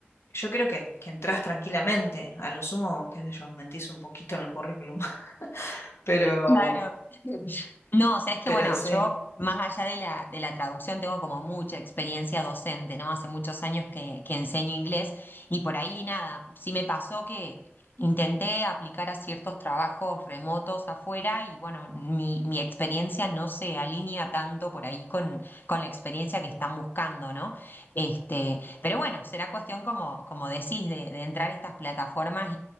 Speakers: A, on the left; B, on the left.
A: yo creo que, que entrás tranquilamente. A lo sumo, qué sé yo, mentís un poquito en el currículum. <laughs> Pero,
B: Claro. No, sabes que
A: pero
B: bueno,
A: sí.
B: yo más allá de la, de la traducción tengo como mucha experiencia docente, ¿no? Hace muchos años que, que enseño inglés y por ahí nada, sí me pasó que intenté aplicar a ciertos trabajos remotos afuera y bueno, mi, mi experiencia no se alinea tanto por ahí con, con la experiencia que están buscando, ¿no? Este, pero bueno, será cuestión como, como decís, de, de entrar a estas plataformas